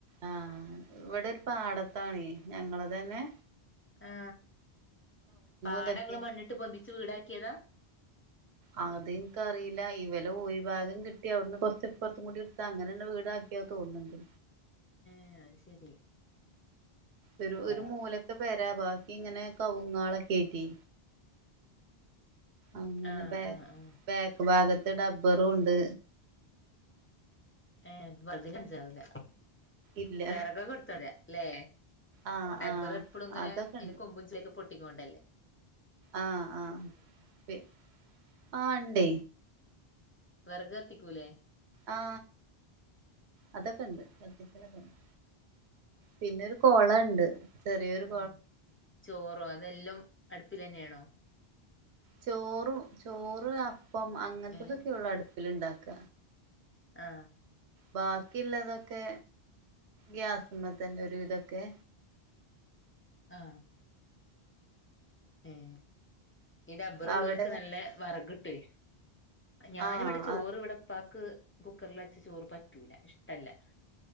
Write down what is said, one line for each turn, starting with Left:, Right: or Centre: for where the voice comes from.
Right: ആഹ് ഇവിടെ ഒരു പാടത്താണേ ഞങ്ങളതന്നെ
Left: ആ പാടം
Right: ഇതൊക്കെ
Left: ങ്ങള് മണ്ണിട്ട് പൊന്തിച്ച് വീടാകീതാ
Right: അതിന്കറീല ഇവലെ ഓരിഭാഗം കിട്ടി അവിടെന്ന് കൊറച് ഇപ്പറതികൂടി ഇടതാ അങ്ങനള്ള വീടാ ട്ടോ തോന്നിണ്ട്
Left: ആ അത് ശരി
Right: ഒരു ഒരു
Left: ആഹ്
Right: മൂലത്തെ പേരാവ കവുങ്ങളെക്കായിട്ടെ അങ്ങനെ
Left: ആഹ്
Right: ബാക്ക്
Left: ആഹ്
Right: ബാക്ക് ഭാഗത്ത് ഡബ്ബറുണ്ട്
Left: ഏ പതിനഞ്ചാവുല
Right: ഇല്ല
Left: വേറാകക്കെ ഇടത്ത് പോരാ ല്ലെ
Right: ആഹ്
Left: റബ്ബറെപ്പളുങ്ങനെ
Right: ആഹ് അതൊക്കെ
Left: അയിന്റെ കൊമ്പും പൊട്ടികൊണ്ടല്ലേ
Right: ആ ആ പി ആ ണ്ട്
Left: വിറക് കത്തിക്കൂലേ
Right: ആ അതൊക്കെ ണ്ട് കത്തിക്കലൊക്കേണ്ട് പിന്നെ ഒരു കൊളം ണ്ട് ചെറിയൊരു
Left: ഏ ചോറോ അതെല്ലും അടുപ്പിലെന്നെണോ
Right: ചോറും ചോറ് അപ്പം അങ്ങൻത്തതൊക്കെ
Left: ഏഹ്
Right: യുള്ളൂ അടുപ്പിലെണ്ടാക്ക
Left: ആ
Right: ബാക്കിള്ളതൊക്കെ ഗ്യസ്മ്മതന്നെ ഒരുവിതക്കെ
Left: ആ ഉം ഈ റബ്ബറിലോൾക്കു
Right: അവിടെ
Left: നല്ല വിറക് ട്ടെ ഞാന്
Right: ആഹ്
Left: ഇവിടെ ചോറ്
Right: ആഹ്
Left: ഇവിടെ ഇപ്പാക് കുക്കറിൽ വെച്ച ചോറ് പറ്റൂല ഇഷ്ട്ടല്ലാ